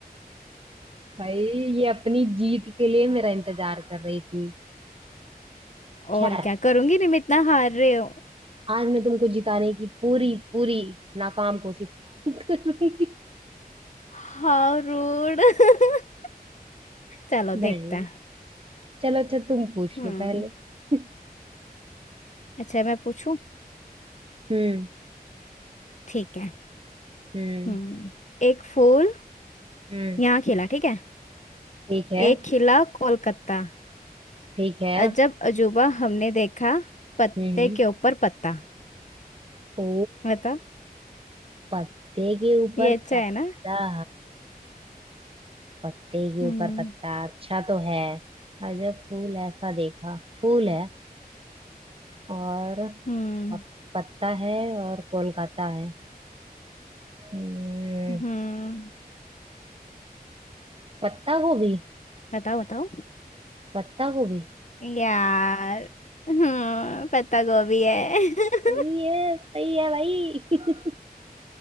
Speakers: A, on the right; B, on the left.
A: भाई ये अपनी जीत के लिए मेरा इंतजार कर रही थी खैर
B: और क्या करूंगी तुम इतना हार रहे हो
A: आज मैं तुमको जिताने की पूरी पूरी नाकाम कोशिश <laughs> करूंगी
B: How rude <laughs> चलो
A: नहीं
B: देखते हैं
A: चलो अच्छा तुम पूछ
B: हम्म
A: लो पहले <laughs>
B: अच्छा मैं पूछूं
A: हम्म
B: ठीक है
A: हम्म
B: हम्म एक फूल
A: हम्म
B: यहाँ खिला ठीक है
A: ठीक है
B: एक खिला कोलकाता
A: ठीक है
B: अजब अजूबा हमने देखा पत्ते
A: हम्म हम्म।
B: के ऊपर पत्ता
A: ओ
B: बता
A: पत्ते के ऊपर
B: ये अच्छा
A: पत्ता
B: है ना
A: पत्ते के
B: हम्म
A: ऊपर पत्ता अच्छा तो है अजब फूल ऐसा देखा फूल है और
B: हम्म
A: पत, पत्ता है और कोलकाता है हम्म,
B: हम्म
A: पत्ता गोभी
B: बताओ बताओ
A: पत्ता गोभी
B: यार हम्म पत्ता गोभी है <laughs>
A: सही है सही है भाई <laughs>